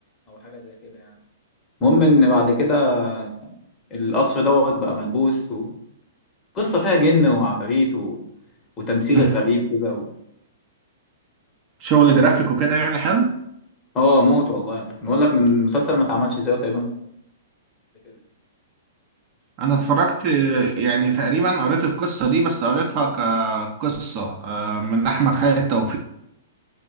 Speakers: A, on the left; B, on the right.
A: أو حاجة زي كده يعني المهم ان بعد كده القصر دوت بقى ملبوس وقصة فيها جن وعفاريت و... وتمثيل
B: مم.
A: غريب كده و...
B: شغل جرافيك وكده يعني حلو
A: اه موت والله بنقول لك من مسلسل ما اتعملش ازاي تقريبا في مصر قبل كده
B: انا
A: يعني
B: اتفرجت
A: انا واجد
B: آه، يعني تقريبا قريت القصه دي بس قريتها كقصه آه، من احمد خالد توفيق